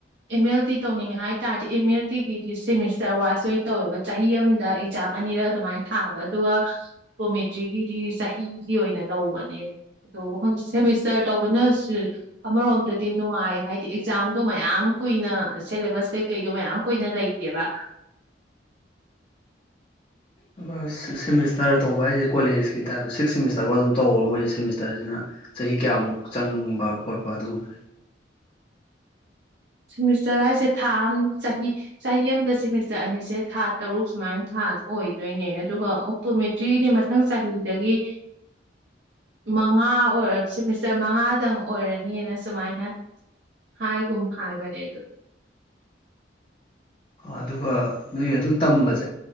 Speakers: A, on the right (about 65°); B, on the left (about 30°).
A: ꯑꯦꯝ ꯑꯦꯜ ꯇꯤ ꯇꯧꯅꯤꯡꯉꯦ ꯍꯥꯏꯇꯥꯥꯔꯗꯤ ꯑꯦꯝ ꯑꯦꯜ ꯇꯤꯒꯤꯗꯤ ꯁꯦꯃꯤꯁꯇꯔ ꯋꯥꯏꯁꯇ ꯑꯣꯏꯅ ꯇꯧꯋꯦꯕ ꯆꯍꯤ ꯑꯃꯗ ꯑꯦꯛꯖꯥꯝ ꯑꯅꯤꯔꯛ ꯑꯗꯨꯃꯥꯏꯅ ꯊꯥꯕ ꯑꯗꯨꯒ ꯑꫭꯞꯇꫭꯃꯦ ꯇ꯭ꯔꯤꯒꯤꯗꯤ ꯆꯍꯤꯒꯤ ꯑꯣꯏꯅ ꯇꯧꯕꯅꯦ ꯑꯗꯣ ꯍꯪ ꯁꯦꯃꯤꯁꯇꯔ ꯇꯧꯕꯅꯁꯨ ꯑꯃꯔꯣꯝꯗꯗꯤ ꯅꯨꯡꯉꯥꯏ ꯍꯥꯏꯗꯤ ꯑꯦꯛꯖꯥꯝꯗꯣ ꯃꯌꯥꯝ ꯀꯨꯏꯅ ꯁꯦꯂꯦꯕꯁ ꯀꯩꯀꯩꯗꯣ ꯃꯌꯥꯝ ꯀꯨꯏꯅ ꯂꯩꯇꯦꯕ
B: <unintelligible> ꯁꯦꯃꯤꯁꯇꯔ ꯇꯧꯕ ꯍꯥꯏꯁꯦ ꯀꯣꯂꯦꯖꯀꯤ ꯇꯥꯏꯞꯇ ꯁꯤꯛꯁ ꯁꯦꯃꯤꯁꯇꯔ ꯕꯥꯎ ꯑꯗꯨꯝ ꯇꯧꯔꯕ ꯃꯣꯏꯁꯦ ꯁꯦꯃꯤꯁꯇꯔꯁꯤꯅ ꯆꯍꯤ ꯀꯌꯥꯃꯨꯛ ꯆꯪꯕ ꯈꯣꯠꯄ ꯑꯗꯨꯒꯨꯝꯕ
A: ꯁꯦꯃꯤꯁꯇꯔ ꯍꯥꯏꯁꯦ ꯊꯥ ꯑꯝ ꯆꯍꯤ ꯆꯍꯤ ꯑꯃꯗ ꯁꯦꯃꯤꯁꯇꯔ ꯑꯅꯤꯁꯦ ꯊꯥ ꯇꯔꯨꯛ ꯁꯨꯃꯥꯏꯅ ꯊꯥ ꯑꯣꯏꯗꯣꯏꯅꯦ ꯑꯗꯨꯒ ꯑꯣꯞꯇꯣꯃꯦꯇ꯭ꯔꯤꯗꯤ ꯃꯊꯪ ꯆꯍꯤꯗꯒꯤ ꯃꯉꯥ ꯑꯣꯏꯔ ꯁꯦꯃꯤꯁꯇꯔ ꯃꯉꯥꯗꯪ ꯑꯣꯏꯔꯅꯤꯅ ꯁꯨꯃꯥꯏꯅ ꯍꯥꯏꯒꯨꯝ ꯍꯥꯏꯕ ꯃꯔꯦ ꯗꯨ
B: ꯑꯗꯨꯒ ꯅꯣꯏ ꯑꯗꯨ ꯇꯝꯕꯁꯦ